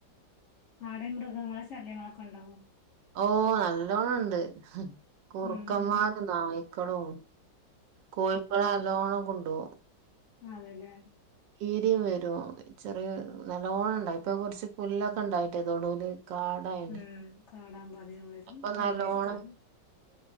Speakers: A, on the left; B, on the right.
A: നടെ മൃഗങ്ങള ശല്യങ്ങളൊക്കെ ഉണ്ടാവോ
B: ഓ നല്ലോണം ണ്ട് കുറുക്കന്മാരും
A: ഉം ഉം
B: നായ്ക്കളും കോഴിക്കള അലോണം കൊണ്ടോകു
A: അ അതെല്ലേ
B: കീടി വരൊ ചെറിയ നല്ലോണം ഉണ്ടാവ ഇപ്പൊ കുറച്ച് പുല്ലൊക്കെ ഉണ്ടായിട്ടേതോടുടി കാടായിണ്
A: ഉം കാടാവുമ്പോ അധികം വരും
B: അപ്പൊ ന
A: ഒളിഞ്ഞിരിക്കാന്
B: ലോണം